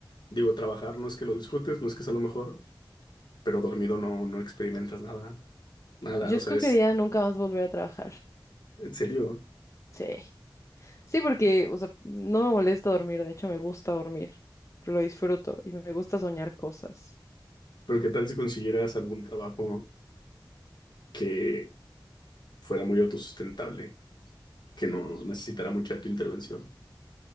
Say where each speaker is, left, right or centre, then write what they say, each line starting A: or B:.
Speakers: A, on the left; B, on the left.
A: Digo, trabajar no es que lo disfrutes, no es que sea lo mejor, pero dormido no, no experimentas nada. Nada,
B: Yo
A: o
B: escogería
A: sea, es
B: nunca más volver a trabajar.
A: en serio.
B: Sí. Sí, porque, o sea, no me molesta dormir, de hecho me gusta dormir. Lo disfruto y me gusta soñar cosas.
A: Pero ¿qué tal si consiguieras algún trabajo que fuera muy autosustentable, que no necesitara mucha de tu intervención